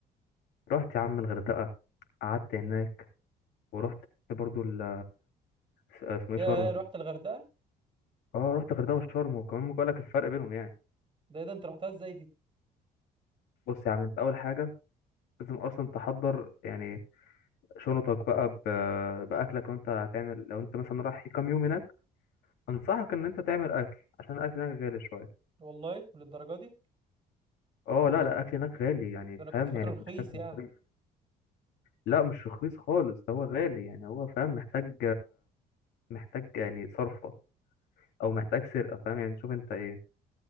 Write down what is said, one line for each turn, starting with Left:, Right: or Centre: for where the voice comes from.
Left: رحت يا عم الغردقه قعدت هناك ورحت برضو ال س- اسمه
Right: يا
Left: ايه شرم
Right: رحت الغردقه
Left: اه رحت الغردقه وشرم وكمان ممكن اقول لك الفرق بينهم يعني
Right: ده ايه ده انت رحتها ازاي دي
Left: بص يا عم انت اول حاجه لازم اصلا تحضر يعني شنطك بقى ب- باكلك وانت هتعمل لو انت مثلا رايح كام يوم هناك انصحك ان انت تعمل اكل عشان الاكل هناك غالي شويه
Right: والله للدرجه دي
Left: اه لا لا الاكل هناك غالي يعني
Right: ده
Left: فاهم
Right: انا كنت فاكره
Left: يعني
Right: رخيص
Left: محتاج
Right: يعني
Left: مصاريف لا مش رخيص خالص ده هو غالي يعني هو فاهم محتاج محتاج يعني صرفة أو محتاج سرقة فاهم يعني شوف أنت إيه